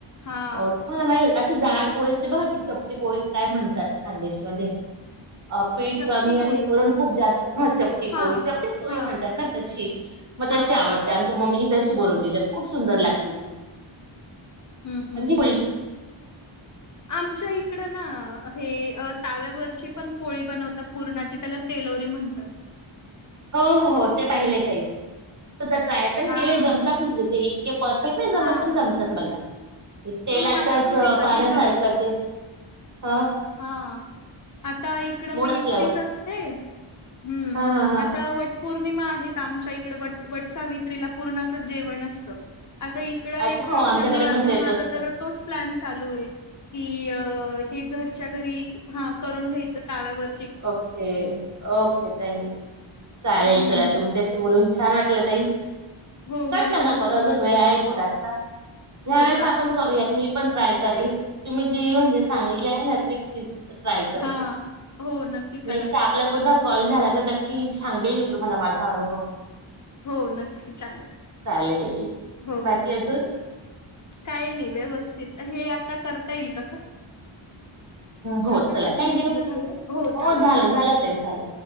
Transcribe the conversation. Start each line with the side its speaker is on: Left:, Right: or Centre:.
Left: हां.
Right: हो तुम्हाला माहितीय, अशी जाड पोळी असते बघा. चपटी पोळी काय म्हणतात खान्देश मध्ये. अ पीठ
Left: चपटी
Right: कमी
Left: पोळी.
Right: आणि पुरण खूप जास्त, हा चपटी
Left: हां.
Right: पोळी. चपटीच पोळी
Left: हां,
Right: म्हणतात ना तशी. मग
Left: हां.
Right: तशी आवडते. आमच्या मम्मीजी तशी बनवून देतात, खूप सुंदर लागते ती.
Left: हम्म, हम्म.
Right: अगदी फुल
Left: आमच्या इकड ना हे ताव्यावरची पण पोळी बनवतात. पूरणाची त्याला तेलोरी म्हणतात.
Right: हो, हो, हो ते पाहिलंय ताई. ते ट्राय पण
Left: हां.
Right: केले जमतात मला. ते इतके परफेक्ट नाही जमत
Left: हां.
Right: पण जमतात मला. तेलातच
Left: मला पण ते कधी
Right: पाण्यासारखं ते हा
Left: हा, आता इकडं मी
Right: असल्यावर
Left: एकटीच असते. हम्म,
Right: हा हा हा
Left: आता पौर्णिमा आहेत आमच्या इकडे. वट वटसावित्रीला पुरनाच जेवण असतं. आणखीन इकड एकट
Right: अच्छा हो
Left: असल्यामुळे,
Right: आमच्याकडे
Left: आता
Right: पण तेच
Left: माझा
Right: असतं
Left: तर तोच प्लॅन चालू आहे. की घर खर्च घरच्या घरी हा करून घ्यायच ताव्यावर.
Right: ओके, ओके ताई चालेल.
Left: हम्म.
Right: चला तुमच्या तुमच्याशी, बोलून छान वाटलं ताई.
Left: हो
Right: कट
Left: मला
Right: नका
Left: पण छान
Right: करू अजून
Left: वाटलं.
Right: वेळ आहे थोडासा. ज्या
Left: हो
Right: वेळेस
Left: का?
Right: आपण करूयात. मी पण ट्राय करेन तुम्ही जी म्हणजे सांगितली आहे ना ट्रिक ती ट्राय करेल.
Left: हा, हो नक्की. करा.
Right: नेक्स्ट आपला पुर्ण कॉल झाला, तर नक्की सांगेल मी तुम्हाला माझा अनुभव.
Left: हो नक्की चालेल.
Right: चालेल,
Left: हो.
Right: बाकी अजून.
Left: काही नाही व्यवस्थित. हे आता करता येईल का
Right: हो
Left: आता
Right: चला
Left: किती
Right: थँक्यू.
Left: मिनट झाले. हो चालेल
Right: झालं
Left: चालेल.
Right: झालं ताई झालं.